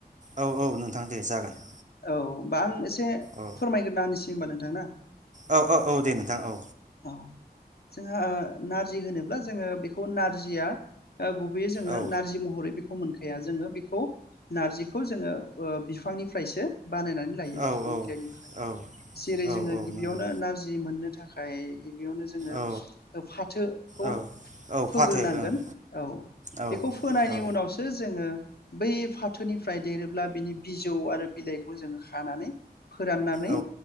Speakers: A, on the right (about 50°); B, on the left (about 75°).
A: औ औ नोंथां दे जागोन।
B: औ होमबा आं एसे
A: औ
B: फोरमायग्रोना होनिसै होमबा नोंथां ना?
A: औ औ औ दे नोंथां औ
B: जोंहा नारजि होनोब्ला जोङो बेखौ नारजिया ओ गुबैयै जोङो
A: औ
B: नारजि महरै बेखौ मोनखाया जोङो बेखौ नारजिखौ जोङो ओ बिफां निफ्राय फ्रायसो बानायनानै लायो
A: ओहो
B: बिफां बिलाइ निफ्राय
A: ओहो औ
B: जेरै
A: औ
B: जोङो
A: औ
B: गिबियावनो
A: नंगौ
B: नारजि मोननो आय गिबियावनो जोङो
A: औ
B: ओ फाथोखौ
A: औ औ
B: फोग्रो
A: फाथो
B: नांगोन
A: ओं
B: औ
A: औ
B: बेखौ फोनायनि
A: औ
B: उनावसो जोङो बै फाथो निफ्राय देरोब्ला बिनि बिजौ आरो बिलाइखौ जों खानानै फोराननानै
A: औ